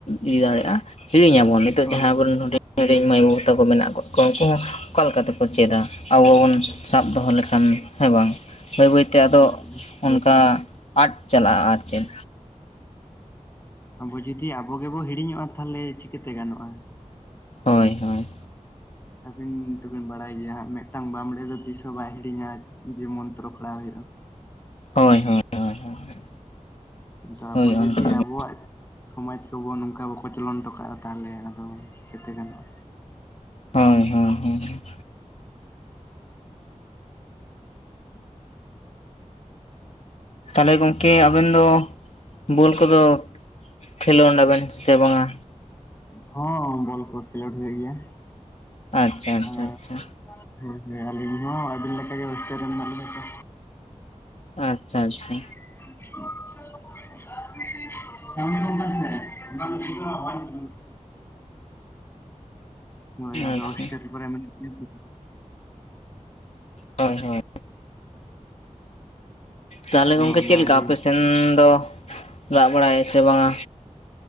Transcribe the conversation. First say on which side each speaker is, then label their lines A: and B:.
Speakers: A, on the left (about 55°); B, on the left (about 20°).
A: ᱤᱫᱤ ᱫᱟᱲᱮᱭᱟᱜᱼᱟ᱾ ᱦᱤᱲᱤᱧ ᱟᱵᱚᱱ ᱱᱤᱛᱚᱜ
B: ᱦᱳᱭ
A: ᱡᱟᱦᱟᱸ
B: ᱦᱳᱭ
A: ᱟᱵᱚ ᱨᱮᱱ ᱦᱩᱰᱤᱝ ᱦᱩᱰᱤᱝ ᱢᱟᱹᱭ ᱵᱟᱹᱵᱩ ᱛᱟᱠᱚ, ᱢᱮᱱᱟᱜ ᱟᱠᱟᱫ ᱠᱚᱣᱟ ᱩᱱᱠᱩ ᱦᱚᱸ ᱚᱠᱟ ᱞᱮᱠᱟ ᱞᱮᱠᱟᱛᱮᱠᱚ ᱪᱮᱫᱟ? ᱟᱵᱚ ᱵᱚᱱ ᱥᱟᱵ ᱫᱚᱦᱚ ᱞᱮᱠᱷᱟᱱ ᱦᱮᱸ ᱵᱟᱝ ᱵᱟᱹᱭ ᱵᱟᱹᱭᱛᱮ ᱛᱮ ᱟᱫᱚ
B: ᱦᱳᱭ ᱫᱤᱫᱤ,
A: ᱚᱱᱠᱟ ᱟᱫ ᱪᱟᱞᱟᱜᱼᱟ ᱟᱨ ᱪᱮᱫ
B: ᱟᱵᱚ ᱡᱩᱫᱤ ᱟᱵᱚ ᱜᱮᱵᱚ ᱦᱤᱲᱤᱧᱚᱜᱼᱟ᱾ ᱛᱟᱦᱚᱞᱮ ᱪᱤᱠᱟᱹᱛᱮ ᱜᱟᱱᱚᱜᱼᱟ?
A: ᱦᱳᱭ ᱦᱳᱭ
B: ᱟᱹᱵᱤᱱ ᱛᱚᱵᱤᱱ ᱵᱟᱲᱟᱭ ᱜᱮᱭᱟ ᱦᱟᱸᱜ, ᱢᱤᱫᱴᱟᱝ ᱵᱟᱢᱵᱲᱮ ᱫᱚ ᱛᱤᱥ ᱦᱚᱸ ᱵᱟᱭ ᱦᱤᱲᱤᱧᱟ ᱡᱮ ᱢᱚᱱᱛᱨᱚ ᱠᱷᱟᱲᱟᱣ ᱦᱩᱭᱩᱜᱼᱟ ᱾
A: ᱦᱳᱭ ᱦᱳᱭ ᱦᱳᱭ
B: <inaudible>
A: ᱦᱳᱭ ᱚᱱᱠᱟ ᱜᱮ
B: ᱥᱚᱢᱟᱡᱽ ᱠᱚᱵᱚ ᱱᱚᱝᱠᱟ ᱵᱟᱠᱚ ᱪᱚᱞᱚᱱ ᱦᱚᱴᱚ ᱠᱟᱜᱼᱟ ᱛᱟᱦᱚᱞᱮ ᱟᱫᱚ ᱪᱤᱠᱟᱹᱛᱮ ᱜᱟᱱᱚᱜᱼᱟ᱾
A: ᱦᱳᱭ ᱦᱳᱭ ᱦᱚᱭ ᱛᱟᱦᱚᱞᱮ ᱜᱚᱜᱠᱮ ᱟᱵᱮᱱ ᱫᱚ, ᱵᱚᱞ ᱠᱚᱫᱚ ᱠᱷᱮᱞᱳᱰ ᱟᱵᱮᱱ ᱥᱮ ᱵᱟᱝᱟ?
B: ᱦᱚᱸ ᱵᱚᱞ ᱠᱚ ᱠᱷᱮᱞᱳᱰ ᱦᱩᱭᱩᱜ ᱜᱮᱭᱟ ᱾
A: ᱟᱪᱪᱷᱟ
B: <unintelligible>
A: ᱟᱪᱪᱷᱟ ᱟᱪᱪᱷᱟ
B: ᱦᱳᱭ ᱦᱳᱭ ᱟᱹᱞᱤᱧ ᱦᱚᱸ ᱟᱹᱵᱤᱱ ᱞᱮᱠᱟ <unintelligible> ᱨᱮ ᱢᱮᱱᱟᱜ ᱞᱤᱧᱟ ᱛᱚ?
A: ᱟᱪᱪᱷᱟ ᱟᱪᱪᱷᱟ
B: <unintelligible> <unintelligible> ᱦᱳᱭ ᱟᱫᱚ
A: ᱟᱪᱪᱷᱟ
B: ᱦᱳᱥᱴᱮᱞ <unintelligible> ᱞᱤᱝ
A: ᱦᱳᱭ ᱦᱳᱭ ᱛᱟᱦᱚᱞᱮ ᱜᱚᱝᱠᱮ
B: ᱚᱱᱟᱜᱮ
A: ᱪᱮᱫ ᱞᱮᱠᱟ ᱟᱯᱮ ᱥᱮᱱ ᱫᱚ, ᱫᱟᱜ ᱵᱟᱲᱟᱭᱟ ᱥᱮ ᱵᱟᱝᱟ?